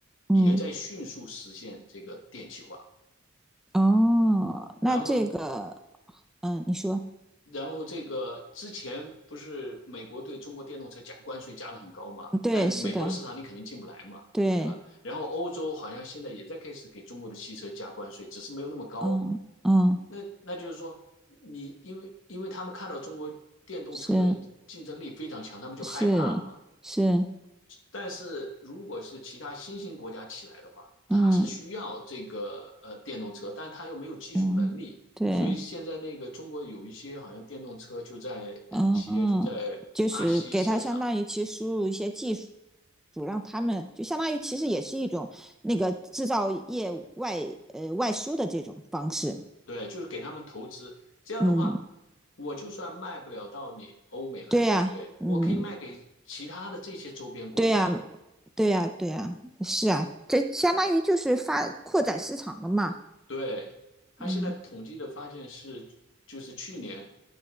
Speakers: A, in the centre; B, on the left.
A: 嗯，
B: 也在迅速实现这个电气化。
A: 哦，那这个
B: 然后
A: 嗯，你说
B: 然后这个之前不是美国对中国电动车加关税加的很高嘛？
A: 对，
B: 那你美国的市场你肯定进不来嘛，
A: 是的，对，
B: 对吧？然后欧洲好像现在也在开始给中国的汽车加关税，只是没有那么高。
A: 嗯嗯。
B: 那那就是说，你因为因为他们看到中国电动车的竞争力非常强，
A: 是，
B: 他们就害怕了嘛。
A: 是是，
B: 但是如果是其他新兴国家起来的话，它是需要这个呃电动车，
A: 嗯
B: 但是它又没有技术能力，
A: 嗯，对，
B: 所以现在那个中国有一些好像电动车就在呃企业就在巴西设厂，
A: 嗯，嗯，就是给他相当于其实输入一些技术，让他们就相当于其实也是一种那个制造业外呃外输的这种方式。
B: 对，就是给他们投资。这样的话，
A: 嗯，
B: 我就算卖不了到你欧美来，
A: 对呀，
B: 对不对？
A: 嗯，
B: 我可以卖给其他的这些周边国家呀。
A: 对呀，对呀，对呀，是啊，这相当于就是发扩展市场了嘛。
B: 对，他现在统计的发现是，
A: 嗯
B: 就是去年，